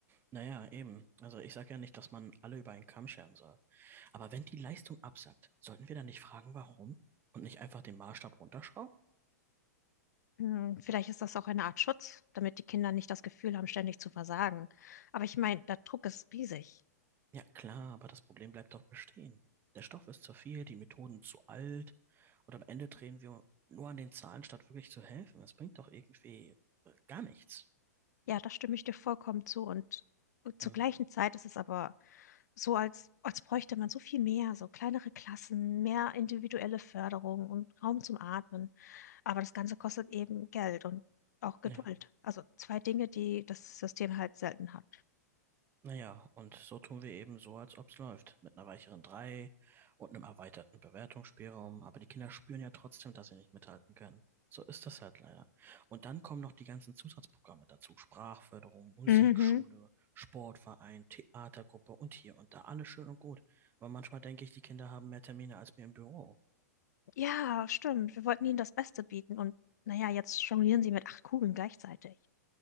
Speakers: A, on the right; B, on the left.
A: Naja, eben. Also ich sage ja nicht, dass man alle über einen Kamm scheren soll. Aber wenn die Leistung absackt, sollten wir dann nicht fragen, warum? Und nicht einfach den Maßstab runterschrauben?
B: Hm, Vielleicht ist das auch eine Art Schutz, damit die Kinder nicht das Gefühl haben, ständig zu versagen. Aber ich meine, der Druck ist riesig.
A: Ja, klar, aber das Problem bleibt doch bestehen. Der Stoff ist zu viel, die Methoden zu alt und am Ende drehen wir nur an den Zahlen, statt wirklich zu helfen. Das bringt doch irgendwie äh, gar nichts.
B: Ja, da stimme ich dir vollkommen zu. Und zur
A: Hm.
B: gleichen Zeit ist es aber so, als, als bräuchte man so viel mehr, so kleinere Klassen, mehr individuelle Förderung und Raum zum Atmen. Aber das Ganze kostet eben Geld und auch Geduld.
A: Ja.
B: Also zwei Dinge, die das System halt selten hat.
A: Naja, und so tun wir eben so, als ob's läuft. Mit einer weicheren 3 und einem erweiterten Bewertungsspielraum. Aber die Kinder spüren ja trotzdem, dass sie nicht mithalten können. So ist das halt leider. Und dann kommen noch die ganzen Zusatzprogramme dazu. Sprachförderung, Musikschule,
B: Mhm.
A: Sportverein, Theatergruppe und hier und da. Alles schön und gut. Aber manchmal denke ich, die Kinder haben mehr Termine als wir im Büro.
B: Ja, stimmt. Wir wollten ihnen das Beste bieten. Und naja, jetzt jonglieren sie mit acht Kugeln gleichzeitig.